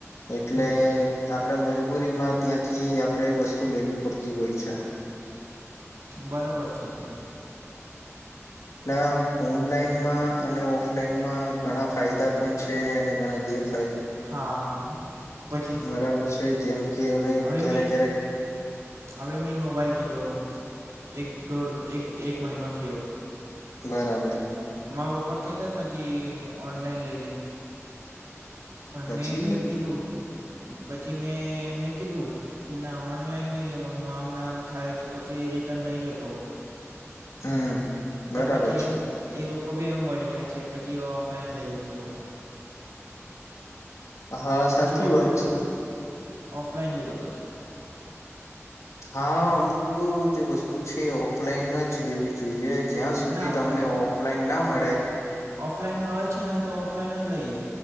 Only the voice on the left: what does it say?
એટલે
આપડે મજ બૂરીમાં ત્યાંથી આપડે વસ્તુ લેવી પડતી હોય છે.
ના ઓનલાઈનમાં અને ઓફલાઈનમાં ઘણા ફાયદા પણ છે અને ઘણા ગેર
બરાબર છે જેમ કે
ક્યારેક
ક્યારેક
બરાબર.
પછી
હમ
બરાબર
છે
હા
સાચી
વાત છે.
હા અમુક જે વસ્તુ છે ઓફલાઈન જ લેવી જોઈએ. જ્યાં સુધી
તમને
ઓફલાઈન ના મળે